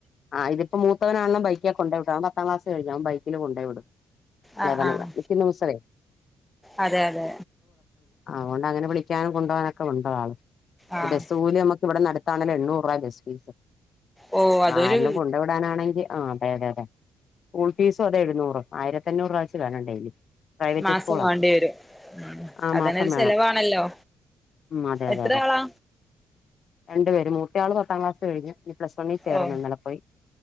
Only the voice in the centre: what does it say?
ആഹ്
ആഹ്
അതെ അതെ
ആഹ്
ഓ അതൊരു
മാസം
വേണ്ടി വരും ഉം
അതന്നെ
ഒരു
ചെലവാണല്ലോ
എത്ര
ആളാ
ഓ